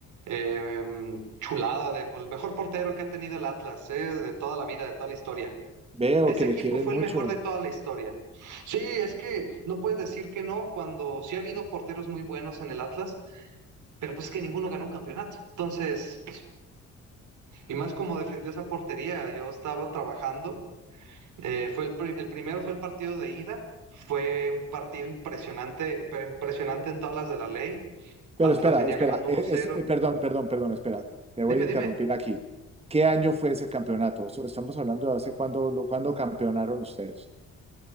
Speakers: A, on the right; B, on the right.
A: eh, em, chulada de, pues, el mejor portero que ha tenido el Atlas, eh, de toda la vida, de toda la historia.
B: Veo
A: Ese
B: que
A: equipo
B: le quieren
A: fue
B: mucho.
A: el mejor de toda la historia. Sí, es que no puedes decir que no cuando sí ha habido porteros muy buenos en el Atlas, pero pues que ninguno ganó un campeonato. Entonces, pues, y más como defendió esa portería, yo estaba trabajando. Eh, fue el, pri- el primero fue el partido de ida. Fue un partido impresionante, pero impresionante en tablas de la ley. Atlas
B: Pero espera,
A: venía
B: espera,
A: ganando
B: es,
A: uno cero.
B: es- eh, perdón, perdón, perdón, espera, te
A: Dime,
B: voy a interrumpir
A: dime,
B: aquí. ¿Qué año fue ese campeonato? So- Estamos hablando de hace cuándo, lo- cuándo campeonaron ustedes.